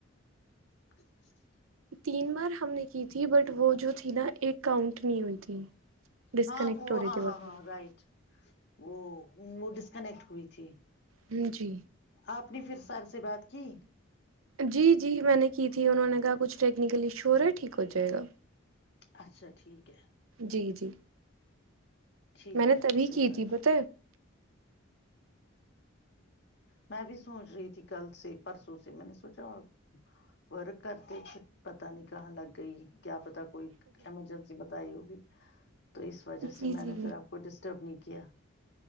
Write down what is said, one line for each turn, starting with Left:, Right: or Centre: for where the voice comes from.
Left: ہ <inaudible>
Right: تین بار ہم نے کی تھی بٹ وہ جو تھی نا ایک کاؤنٹ نہیں ہوئی تھی ڈسکنیکٹ
Left: ہاں وہ
Right: ہو رہی
Left: ہاں
Right: تھی بار
Left: ہاں
Right: بار
Left: ہاں رائٹ وہ وہ ڈسکنیکٹ ہوئی تھی
Right: ہ جی
Left: آپ نے پھر سر سے بات کی
Right: جی جی میں نے کی تھی انہوں نے کہا کچھ ٹیکنیکل ایشو ہو رہا ہے ٹھیک ہو جائے گا
Left: اچھا ٹھیک ہے
Right: جی جی
Left: ٹھیک
Right: میں
Left: بات
Right: نے تبھی
Left: ہے صحیح
Right: کی
Left: بات
Right: تھی پت
Left: میں بھی سوچ رہی تھی کل سے پرسوں سے میں نے سوچا ور کرھرتے پتا نہیں کہاں لگ گئی کیا پتا کوئی ایمرجنسی بتائی ہوگی تو اس وجہ سے
Right: جی جی
Left: میں نے پھر آپ کو ڈسٹرب نہیں کیا